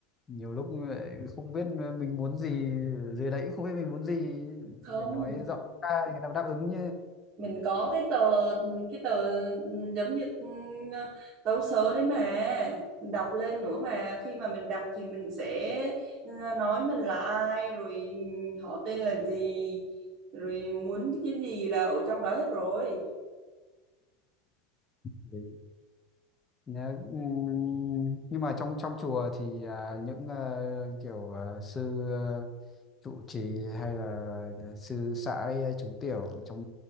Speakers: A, on the left; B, on the right.
A: Nhiều lúc lại không biết mình muốn gì, dưới đấy cũng không biết mình muốn gì,
B: không
A: phải nói rõ ra thì người ta mới đáp ứng
B: mình có cái tờ cái tờ giống như ừ, tấu sớ đấy mà mình đọc lên nữa mà khi mà mình đọc thì mình sẽ ừ, nói mình là ai rồi ừ, họ tên là gì rồi muốn cái gì là ở trong đó hết rồi
A: chứ. Nhá, ừm, nhưng mà trong trong chùa thì à, những ờ, kiểu ờ, sư ờ, trụ trì hay là ờ, sư sãi ờ, chú tiểu trong